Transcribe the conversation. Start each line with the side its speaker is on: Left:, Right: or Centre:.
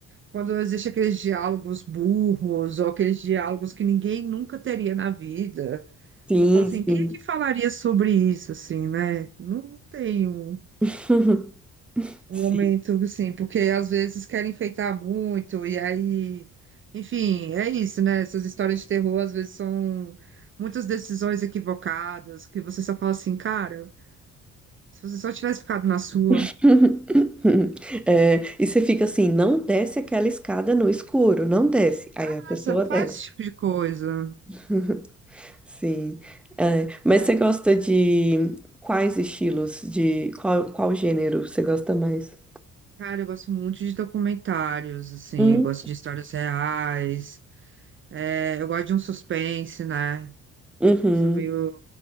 Right: Quando existe aqueles diálogos burros ou aqueles diálogos que ninguém nunca teria na vida.
Centre: Sim,
Right: Eu falo assim,
Centre: sim.
Right: quem é que falaria sobre isso, assim, né? Não tem um.
Centre: <laughs>
Right: um
Centre: Sim.
Right: momento, assim, porque às vezes querem enfeitar muito, e aí, enfim, é isso, né? Essas histórias de terror às vezes são muitas decisões equivocadas, que você só fala assim, cara, se você só tivesse ficado na sua,
Centre: <laughs> É, e você fica assim, não desce aquela escada no escuro, não desce. Aí
Right: ah,
Centre: a pessoa
Right: você não faz
Centre: desce.
Right: esse tipo de coisa.
Centre: <laughs> Sim. É, mas você gosta de quais estilos, de qual, qual gênero você gosta mais?
Right: Cara, eu gosto muito de documentários, assim,
Centre: Hum,
Right: eu gosto de histórias reais, é, eu gosto de um suspense, né?
Centre: Uhum.
Right: Sou meio